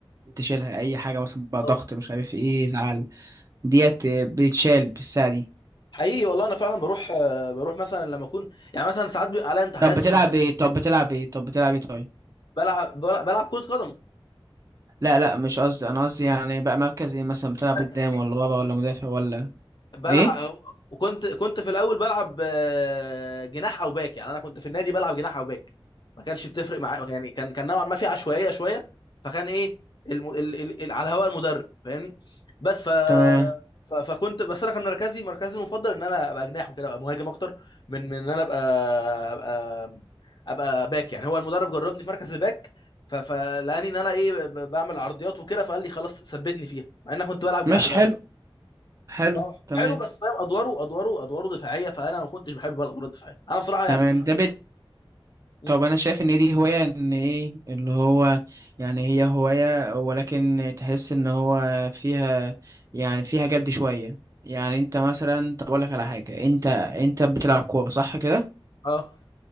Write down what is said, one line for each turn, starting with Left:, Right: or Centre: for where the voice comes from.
Right: بتشيلها اي حاجه مثلا بقى
Left: أه.
Right: ضغط مش عارف ايه زعل ديت آه، بتشال بالساعه دي
Left: حقيقي والله انا فعلا بروح آه، بروح مثلا لما اكون يعني مثلا ساعات بيبقى عليا امتحانات
Right: طب بتلعب
Left: ومزنوق
Right: ايه طب بتلعب ايه طب بتلعب ايه طيب
Left: بلعب بلعب بلعب كرة قدم
Right: لا لا مش قصدي انا قصدي يعني بقى مركز ايه مثلا بتلعب
Left: مركز
Right: قدام
Left: ايه
Right: ولا
Left: مركز
Right: ورا
Left: اه
Right: ولا مدافع ولا
Left: بلعب
Right: ايه
Left: وكنت كنت في الاول بلعب آه، جناح او باك يعني انا كنت في النادي بلعب جناح او باك ما كانش بتفرق معايا يعني كان كان نوعا ما في عشوائيه شويه فكان ايه الم... ال... ال... ال... على هواء المدرب فاهمني بس ف...
Right: تمام
Left: ف... فكنت بس انا كان مركزي مركزي المفضل ان انا ابقى جناح وكده ابقى مهاجم اكتر من من ان انا ابقى ابقى ابقى باك يعني هو المدرب جربني في مركز الباك ف... فلقاني ان انا ايه ب... ب- بعمل عرضيات وكده فقال لي خلاص ثبتني فيها مع ان انا كنت بلعب
Right: ماشي
Left: جناح الاول
Right: حلو حلو
Left: ما هو
Right: تمام
Left: حلو بس فاهم ادواره ادواره ادواره دفاعيه فانا ما كنتش بحب بقى الادوار الدفاعيه انا بصراحه يعني
Right: تمام ده
Left: مم.
Right: طب انا شايف ان دي هواية ان ايه اللي هو يعني هي هواية ولكن تحس ان هو فيها يعني فيها جد شوية يعني انت مثلا طب اقول لك على حاجة انت انت بتلعب كورة صح كده
Left: اه